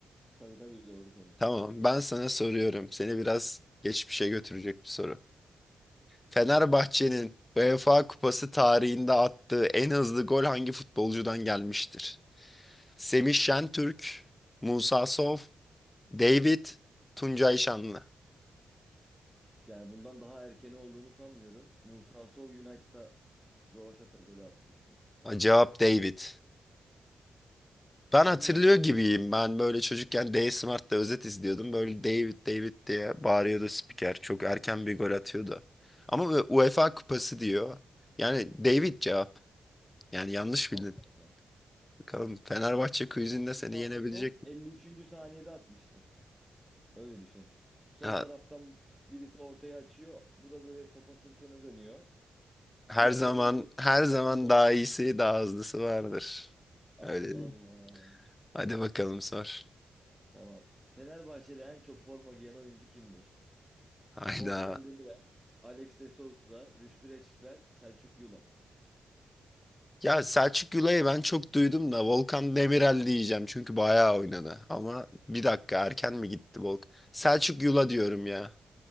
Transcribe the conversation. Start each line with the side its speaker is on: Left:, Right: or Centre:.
Centre: Tabii tabii doğru seninki.
Left: Tamam, ben sana soruyorum. Seni biraz geçmişe götürecek bir soru. Fenerbahçe'nin UEFA Kupası tarihinde attığı en hızlı gol hangi futbolcudan gelmiştir? Semih Şentürk, Musa Sow, David, Tuncay Şanlı.
Centre: Yani bundan daha erkeni olduğunu sanmıyorum. Musa Sow United'a rövaşata golü atmıştı.
Left: Ha, Cevap David. Ben
Centre: Allah
Left: hatırlıyor
Centre: Allah.
Left: gibiyim. Ben böyle çocukken D Smart'ta özet izliyordum. Böyle David David diye bağırıyordu spiker. Çok erken bir gol atıyordu. Ama UEFA Kupası diyor. Yani David cevap. Yani yanlış bildin.
Centre: Allah Allah.
Left: Bakalım Fenerbahçe quizinde seni
Centre: Musa
Left: yenebilecek
Centre: Sow
Left: mi?
Centre: 53. saniyede atmıştı. Öyle düşün. Sol
Left: Ha,
Centre: taraftan birisi ortaya açıyor. Bu da böyle topa sırtını dönüyor.
Left: her
Centre: Bir anda
Left: zaman
Centre: böyle gözle
Left: her
Centre: karşılayacak.
Left: zaman daha iyisi daha hızlısı vardır.
Centre: Allah
Left: Öyle değil.
Centre: Allah.
Left: mi? Hadi bakalım sor.
Centre: Tamam. Fenerbahçe'de en çok forma giyen oyuncu kimdir?
Left: Hayda.
Centre: Volkan Demirel, Alex de Souza, Rüştü Reçber, Selçuk Yula.
Left: Ya Selçuk Gülay'ı ben çok duydum da Volkan Demirel diyeceğim çünkü bayağı oynadı. Ama bir dakika erken mi gitti Volkan? Selçuk Yula diyorum ya.